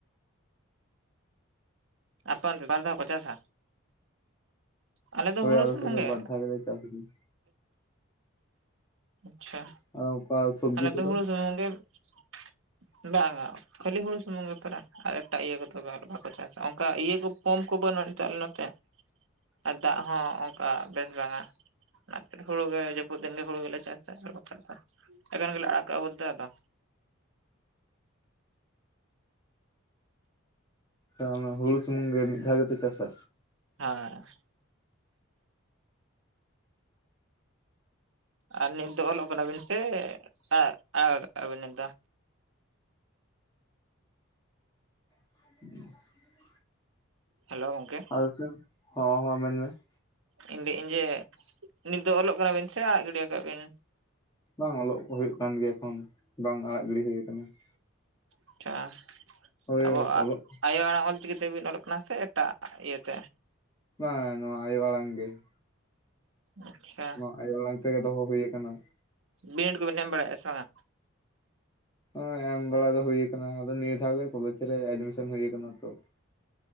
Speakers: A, on the right (about 70°); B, on the left (about 20°).
A: ᱟᱯᱮ ᱚᱱᱛᱮ ᱵᱟᱨ ᱫᱷᱟᱣ ᱠᱚ ᱪᱟᱥᱟ? ᱟᱞᱮ ᱫᱚ
B: ᱦᱳᱭ
A: ᱦᱩᱲᱩ ᱥᱩᱢᱩᱝ
B: ᱥᱮᱫ ᱫᱚ
A: ᱜᱮ,
B: ᱵᱟᱨ ᱫᱷᱟᱣ ᱜᱮᱞᱮ ᱪᱟᱥ ᱜᱮᱭᱟ
A: ᱟᱪᱪᱷᱟ᱾
B: ᱟᱨ ᱚᱱᱠᱟ ᱥᱚᱵᱽᱡᱤ
A: ᱟᱞᱮ
B: ᱠᱚᱫᱚ
A: ᱫᱚ ᱦᱩᱲᱩ ᱥᱩᱢᱩᱝ ᱜᱮ ᱾ ᱵᱟᱝᱟ ᱠᱷᱟᱹᱞᱤ ᱦᱩᱲᱩ ᱥᱩᱢᱩᱝ ᱜᱮ ᱯᱮᱨᱟ ᱟᱨ ᱮᱴᱟᱜ ᱤᱭᱟᱹ ᱠᱚᱫᱚ ᱵᱟᱠᱚ ᱪᱟᱥᱟ᱾ ᱚᱱᱠᱟ ᱤᱭᱟᱹ ᱠᱚ ᱯᱚᱢᱯ ᱠᱚ ᱵᱟᱹᱱᱩᱜᱼᱟ ᱮᱴᱟᱜ ᱱᱚᱛᱮ᱾ ᱟᱨ ᱫᱟᱜ ᱦᱚᱸ ᱚᱱᱠᱟ ᱵᱮᱥ ᱵᱟᱝ-ᱟ᱾ ᱚᱱᱟ ᱛᱮ ᱦᱩᱲᱩ ᱜᱮ ᱡᱟᱹᱯᱩᱫ ᱫᱤᱱ ᱜᱮ ᱦᱩᱲᱩ ᱜᱮᱞᱮ ᱪᱟᱥᱟ ᱟᱨ ᱵᱟᱠᱷᱟᱱ ᱵᱟ, ᱮᱠᱷᱮᱱ ᱜᱮᱞᱮ ᱟᱲᱟᱜ ᱠᱟᱜᱼᱟ ᱵᱟᱹᱫᱷ ᱫᱟᱜ ᱟᱛᱚ
B: ᱚᱱᱟ ᱦᱩᱲᱩ ᱥᱩᱢᱩᱝ ᱜᱮ ᱢᱤᱫ ᱫᱷᱟᱣ ᱜᱮᱯᱮ ᱪᱟᱥᱟ?
A: ᱦᱮᱸ ᱟᱨ ᱱᱤᱛ ᱫᱚ ᱚᱞᱚᱜ ᱠᱟᱱᱟᱵᱤᱱ ᱥᱮ ᱟ ᱟᱲᱟᱜ ᱠᱟᱜᱼᱟ ᱵᱤᱱ ᱱᱤᱛ ᱫᱚ?
B: <inaudible>
A: ᱦᱮᱞᱳ ᱜᱚᱝᱠᱮ ᱾
B: ᱟᱞᱪ ᱦᱚᱸ ᱦᱚᱸ ᱢᱮᱱ ᱢᱮ ᱾
A: ᱤᱧ ᱞᱟᱹᱭᱟᱹᱧ ᱡᱮ, ᱱᱤᱛ ᱫᱚ ᱚᱞᱚᱜ ᱠᱟᱱᱟ ᱵᱤᱱ ᱥᱮ ᱟᱲᱟᱜ ᱜᱤᱰᱤ ᱭᱟᱠᱟᱜᱼᱟ ᱵᱤᱱ?
B: ᱵᱟᱝ ᱚᱞᱚᱜ ᱦᱩᱭᱩᱜ ᱠᱟᱱ ᱜᱮᱭᱟ ᱮᱠᱷᱚᱱ, ᱵᱟᱝ ᱟᱲᱟᱜ ᱜᱤᱰᱤ ᱦᱩᱭ ᱠᱟᱱᱟ ᱾
A: ᱟᱪᱪᱷᱟ <inaudible>
B: ᱳᱭ
A: ᱟᱵᱚᱣᱟᱜ
B: ᱚᱞᱚᱜ
A: ᱟᱭᱳ ᱟᱲᱟᱝ ᱚᱞ ᱪᱤᱠᱤ ᱛᱮᱵᱤᱱ ᱚᱞᱚᱜ ᱠᱟᱱᱟ ᱥᱮ ᱮᱴᱟᱜ ᱤᱭᱟᱹ ᱛᱮ?
B: ᱵᱟᱝ ᱱᱚᱣᱟ ᱟᱭᱚ ᱟᱲᱟᱝ ᱜᱮ ᱾
A: ᱟᱪᱪᱷᱟ,
B: ᱱᱚᱣᱟ ᱟᱭᱳ ᱟᱲᱟᱝ ᱛᱮ ᱜᱮ ᱫᱚᱦᱚ ᱦᱩᱭ ᱠᱟᱱᱟ ᱾
A: ᱵᱤᱱᱤᱰ ᱠᱚᱵᱤᱱ ᱮᱢ ᱵᱟᱲᱟᱭᱮᱜᱼᱟ ᱥᱮ ᱵᱟᱝᱟ?
B: ᱦᱚᱭ ᱮᱢ ᱵᱟᱲᱟ ᱫᱚ ᱦᱩᱭ ᱠᱟᱱᱟ, ᱟᱫᱚ ᱱᱤᱭᱟᱹ ᱫᱷᱟᱣ ᱜᱮ ᱠᱚᱞᱮᱡᱽ ᱨᱮ ᱮᱰᱢᱤᱥᱟᱱ ᱦᱩᱭ ᱠᱟᱱᱟ ᱛᱚ ᱾